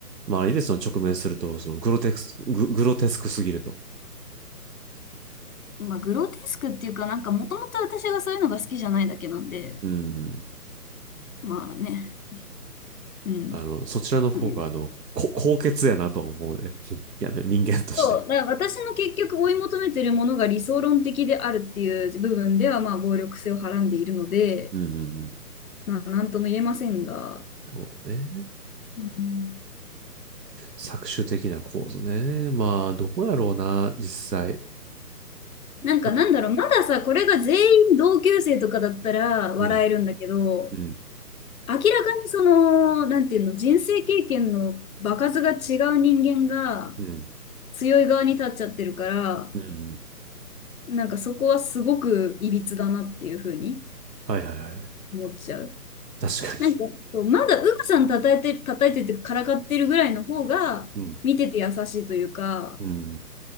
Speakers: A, on the right (about 80°); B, on the left (about 60°).
A: 周りでその直面すると、そのグロテクスク、グ、グロテスクすぎると。
B: まあ、グロテスクっていうか、なんかもともと私がそういうのが好きじゃないだけなんで、
A: うん。
B: まあね。うん。
A: あの、
B: っ
A: そちらの方が、
B: ていう。
A: あの、こ、高潔やなとは思うね。うん <laughs> いやね、人間として。
B: そう、だから私の結局追い求めてるものが理想論的であるっていう部分では、まあ、暴力性をはらんでいるので、
A: うんうんうん。な
B: まあ、なんとも言えませんが、
A: るほどね。
B: うん、
A: 搾取的な構図ね。まあ、どうやろうな、実際。
B: なんかなんだろう、
A: ま、
B: まださ、これが全員同級生とかだったら笑えるんだけど、
A: うん、うん。
B: 明らかにその、なんていうの、人生経験の場数が違う人間が
A: うん。
B: 強い側に立っちゃってるから、
A: うん。
B: なんかそこはすごくいびつだなっていうふうに
A: はいはいはい。
B: 思っちゃう。
A: 確かに。
B: なんか、そうまだウグさん叩いてる、叩いてるっていうか、からかってるぐらいの方が、
A: うん。
B: 見てて優しいというか、
A: うん。